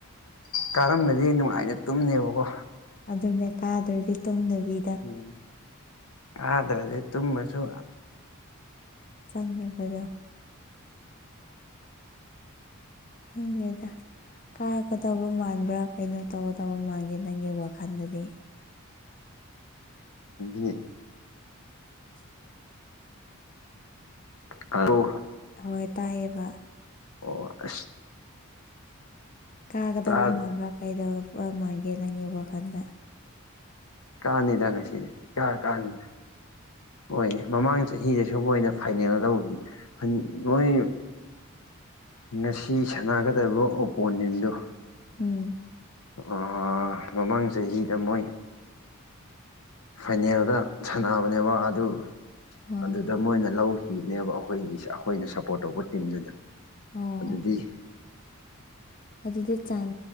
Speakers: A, on the left; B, on the left.
A: ꯀꯥꯔꯝꯂꯗꯤ ꯅꯨꯡꯉꯥꯏꯅ ꯇꯨꯝꯅ‌ꯦꯕꯀꯣ
B: ꯑꯗꯨꯅꯦ ꯀꯥꯗ꯭ꯔꯗꯤ ꯇꯨꯗꯕꯤ
A: ꯎꯝ ꯀꯗ꯭ꯔꯗꯤ ꯇꯨꯝꯃꯁꯨ
B: ꯆꯪꯂꯨꯕꯗ <unintelligible>
A: ꯑ <inaudible>
B: ꯈꯪꯗ‌ꯦꯗ ꯀꯥꯒꯗꯕ ꯃꯥꯟꯕ꯭ꯔꯥ ꯀꯩꯅꯣ ꯇꯧꯒꯗꯧꯕ ꯃꯥꯟꯒꯦ ꯅꯪꯒꯤ ꯋꯥꯈꯜꯗꯗꯤ
A: ꯅꯤ <unintelligible>
B: <inaudible>
A: ꯍꯜꯂꯣ
B: ꯍꯣꯏ ꯇꯥꯏꯌꯦꯕ
A: ꯑꯣ ꯑꯁ
B: ꯀꯥꯒꯗꯕ
A: ꯇꯥ
B: ꯃꯥꯟꯕ꯭ꯔꯥ ꯀꯩꯗ ꯃꯥꯟꯒꯦ ꯅꯪꯒꯤ ꯋꯥꯈꯟꯗ
A: ꯀꯥꯅꯤꯗ ꯉꯁꯤꯗꯤ ꯏꯀꯥ ꯀꯥꯅꯤ ꯍꯣꯏ ꯃꯃꯥꯡ ꯆꯍꯤꯗꯁꯨ ꯃꯣꯏꯅ ꯐꯥꯏꯅꯦꯜ ꯂꯧꯒꯤ ꯍꯟ ꯃꯣꯏ ꯉꯁꯤ ꯁꯥꯟꯅꯒꯗꯕ ꯑꯣꯄꯣꯅꯦꯟꯗꯨ
B: ꯎꯝ
A: ꯑ ꯃꯃꯥꯡ ꯆꯍꯤꯗ ꯃꯣꯏ ꯐꯥꯏꯅꯦꯜꯗ ꯁꯥꯟꯅꯕꯅꯦꯕ ꯑꯗꯨ
B: ꯑꯣ
A: ꯑꯗꯨꯗ ꯃꯣꯏꯅ ꯂꯧꯈꯤꯕꯅꯦꯕ ꯑꯩꯈꯣꯏꯒꯤ ꯑꯩꯈꯣꯏꯅ ꯁꯄꯣꯔꯠ ꯇꯧꯕ ꯇꯤꯝꯗꯨꯅ
B: ꯑꯣ
A: ꯑꯗꯨꯗꯤ
B: ꯑꯗꯨꯗꯤ ꯆꯥꯥꯟ